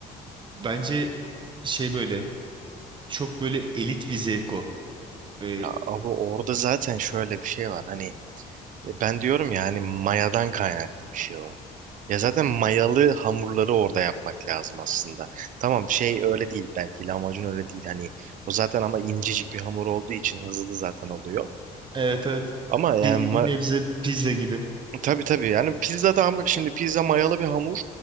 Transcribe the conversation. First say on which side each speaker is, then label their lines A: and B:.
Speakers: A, on the right (about 30°); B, on the right (about 50°).
A: bence şey böyle çok böyle elit bir zevk o. E,
B: Ya abi orada zaten şöyle bir şey var hani e, ben diyorum ya hani mayadan kaynaklı bir şey o. Ya zaten mayalı hamurları orada yapmak lazım aslında. Tamam şey öyle değil belki lahmacun öyle değil hani o zaten ama incecik bir hamur olduğu için hızlı zaten oluyor.
A: evet evet.
B: Ama yani
A: Bir, bir nebze pizza gibi.
B: Tabii tabii yani pizza da ama şimdi pizza mayalı bir hamur.